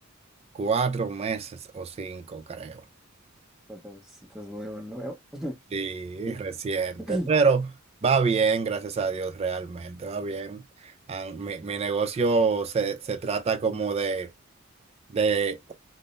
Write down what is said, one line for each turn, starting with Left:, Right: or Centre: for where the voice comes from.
Right: cuatro meses o cinco, creo.
Centre: ¿Cuánto es- estás nuevo, nuevo? <laughs>
Right: Sí,
Centre: Y-
Right: reciente,
Centre: <clears throat>
Right: pero va bien, gracias a Dios, realmente, va bien. Ah, mi, mi negocio se, se trata como de, de